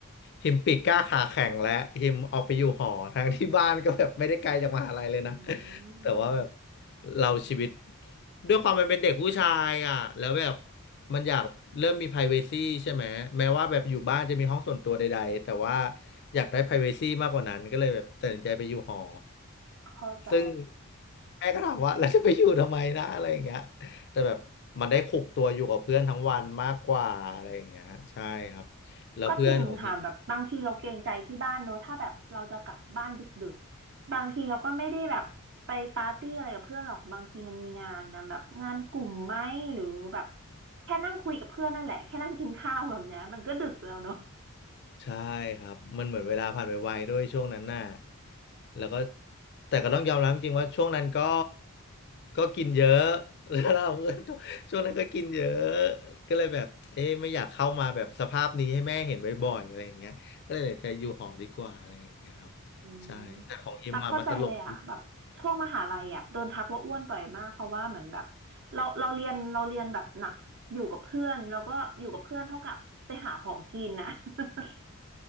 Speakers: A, on the left (about 50°); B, on the right (about 55°).
A: ฮิมปีกกล้าขาแข็งและฮิมออกไปอยู่หอทั้งที่บ้านก็แบบไม่ได้ไกลจากมหาลัยเลยนะ
B: อื
A: แต่ว่าแบบ
B: ม
A: เราชีวิตด้วยความมันเป็นเด็กผู้ชายอ่ะแล้วแบบมันอยากเริ่มมี privacy ใช่ไหมแม้ว่าแบบอยู่บ้านจะมีห้องส่วนตัวใดๆแต่ว่าอยากได้ privacy มากกว่านั้นก็เลยแบบตัดสินใจไปอยู่หอ
B: เข้าใจ
A: ซึ่งแม่ก็ถามว่าเราจะไปอยู่ทำไมนะอะไรอย่างเงี้ยแต่แบบมันได้คุกตัวอยู่กับเพื่อนทั้งวันมากกว่าอะไรอย่างเงี้ยใช่ครับแล้วเพื่อนของเฮีย
B: ก็จริงค่ะแบบบางทีเราเกรงใจที่บ้านเนอะถ้าแบบเราจะกลับบ้านดึกๆบางทีเราก็ไม่ได้แบบไปปาร์ตี้อะไรกับเพื่อนหรอกบางทีมันมีงานนะแบบงานกลุ่มไหมหรือแบบแค่นั่งคุยกับเพื่อนนั่นแหละแค่นั่งกินข้าวแบบเนี้ยมันก็ดึกแล้วเนอะ
A: ใช่ครับมันเหมือนเวลาผ่านไปไวด้วยช่วงนั้นน่ะแล้วก็แต่ก็ต้องยอมรับจริงๆว่าช่วงนั้นก็ก็กินเยอะ <laughs> แล้วเราเพื่อนก็ช่วงนั้นก็กินเยอะก็เลยแบบเอ๊ะไม่อยากเข้ามาแบบสภาพนี้ให้แม่เห็นบ่อยๆอะไรอย่างเงี้ยก็เลยตัดสินใจอยู่หอดีกว่าอะไรอย่างเงี้ยครับ
B: อืม
A: ใช่แต่ของอิมอะมันตลกดี
B: ตักเข้าใจเลยอ่ะแบบช่วงมหาลัยอ่ะโดนทักว่าอ้วนบ่อยมากเพราะว่าเหมือนแบบเราเราเรียนเราเรียนแบบหนักอยู่กับเพื่อนแล้วก็อยู่กับเพื่อนเท่ากับไปหาของกินนะ <laughs>